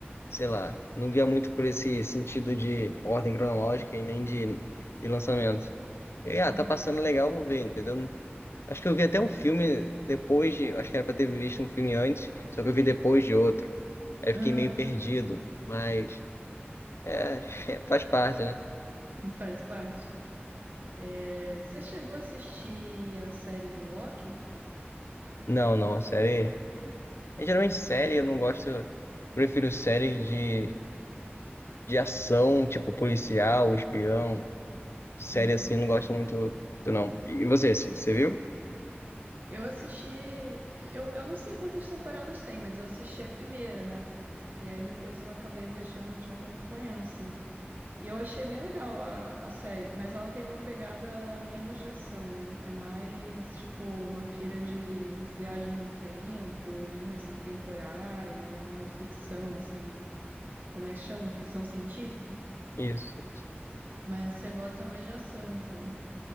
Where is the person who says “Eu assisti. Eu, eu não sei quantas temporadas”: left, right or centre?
Right